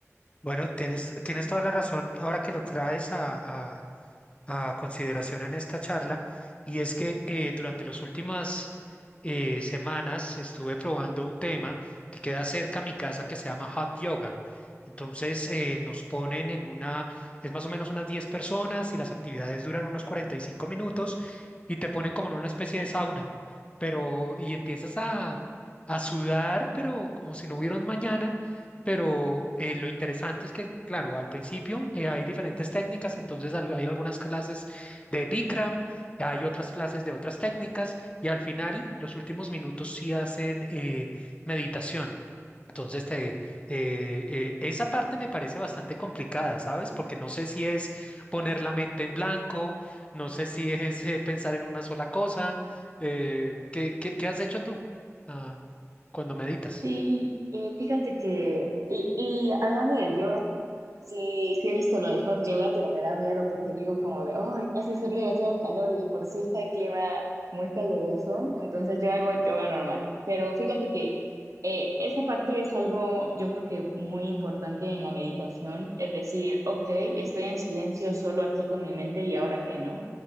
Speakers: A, on the left; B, on the right.
A: Bueno, tienes, tienes toda la razón ahora que lo traes a, a- a consideración en esta charla, y es que eh, durante las últimas eh, semanas estuve probando un tema que queda cerca a mi casa que se llama Hot Yoga. Entonces eh, nos ponen en una, es más o menos unas 10 personas y las actividades duran unos 45 minutos y te ponen como en una especie de sauna, pero y empiezas a, a sudar, pero como si no hubiera un mañana pero eh, lo interesante es que, claro, al principio eh, hay diferentes técnicas, entonces al- hay algunas clases de Bikram, hay otras clases de otras técnicas y al final, los últimos minutos sí hacen eh, meditación. Entonces, te, eh, eh, esa parte me parece bastante complicada, ¿sabes? Porque no sé si es poner la mente en blanco, no sé si es eh, pensar en una sola cosa. eh, ¿qué, qué- qué has hecho tú ah, cuando meditas?
B: Sí, eh, fíjate que, y, y hablando del yoga, sí, sí he visto lo de hot yoga, pero me da miedo porque digo como de, ay, hace ser demasiado calor y de por sí está el clima muy caluroso, entonces yo hago yoga normal. Pero fíjate que eh, esa parte es algo, yo creo que muy importante en la meditación, es decir, ok, estoy en silencio solo aquí con mi mente y ahora qué, ¿no?